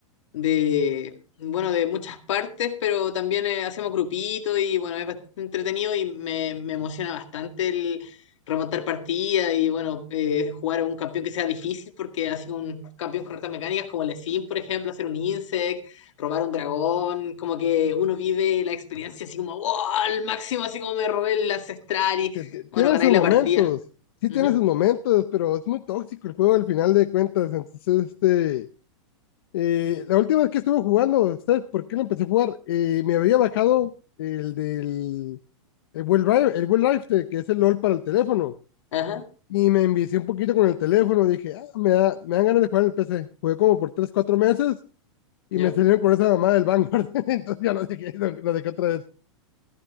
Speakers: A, on the left (about 65°); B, on the left (about 50°).
A: de, bueno, de muchas partes, pero también eh, hacemos grupitos y bueno, es bastante entretenido y me, me emociona bastante el remontar partidas y bueno, eh, jugar a un campeón que sea difícil porque así un campeón con retas mecánicas como el Sim, por ejemplo, hacer un insect, robar un dragón, como que uno vive la experiencia así como, wow, al máximo, así como me robé el ancestral y
B: T- t-
A: bueno,
B: Tiene
A: ganáis
B: sus momentos,
A: la partida.
B: sí
A: Ujú,
B: tiene sus momentos, pero es muy tóxico el juego al final de cuentas, entonces este Eh, la última vez que estuve jugando, ¿sabes por qué lo empecé a jugar? Eh, me había bajado el del el Well Drive, el Well Life, de- que es el LOL para el teléfono.
A: Ajá,
B: Y me envicié un poquito con el teléfono. Dije, ah, me da, me dan ganas de jugar en el PC. Jugué como por 3 4 meses y
A: yo.
B: me salieron con esa mamá del Vanguard. <laughs> Entonces ya lo dejé, lo, lo dejé otra vez.